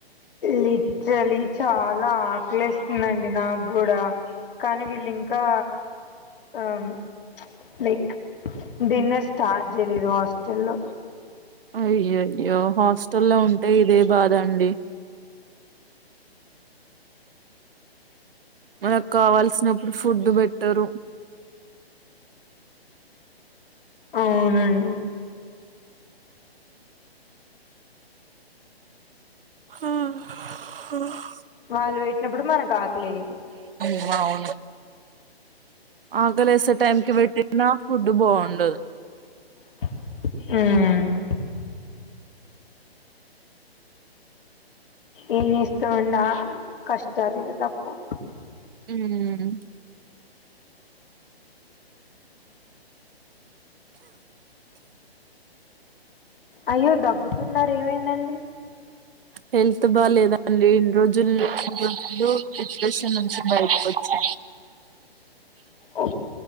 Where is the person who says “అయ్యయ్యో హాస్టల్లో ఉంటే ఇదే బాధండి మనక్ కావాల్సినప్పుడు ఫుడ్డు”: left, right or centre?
Right